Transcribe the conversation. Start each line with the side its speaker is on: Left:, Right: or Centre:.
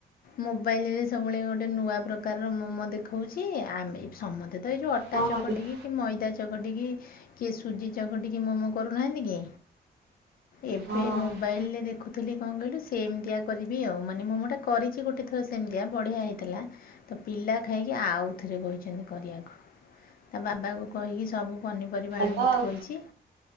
Left: ମୋବାଇଲରେ ସବୁବେଳେ ଗୋଟେ ନୂଆ ପ୍ରକାରର ମୋମୋ ଦେଖଉଛି ଆମେ ସମସ୍ତେ ଏ ଯେଉଁ ଅଟା
Right: ହଁ
Left: ଚକଟିକି
Right: ହଁ ଦେଖି
Left: କି ମଇଦା ଚକଟିକି କିଏ ସୁଜି ଚକଟିକି ମୋମୋ କରୁନାହାନ୍ତି କି। ଏ
Right: ହଁ
Left: ବେ ମୋବାଇଲରେ ଦେଖୁଥିଲି କଣ କହିଲୁ ସେମତିଆ କରିବି ଆଉ ମାନେ ମୁଁ ମୁଁଟା କରିଛି ଗୋଟେ ଥର ସେମିତିଆ ବଢିଆ ହେଇଥିଲା ତ ପିଲା ଖାଇକି ଆଉଥରେ କହିଛନ୍ତି କରିବାକୁ। ତା ବାବାକୁ କହିକି ସବୁ ପନିପରିବା ଆଣିକି
Right: ଭଲ ଆଉ
Left: ଥୋଇଛି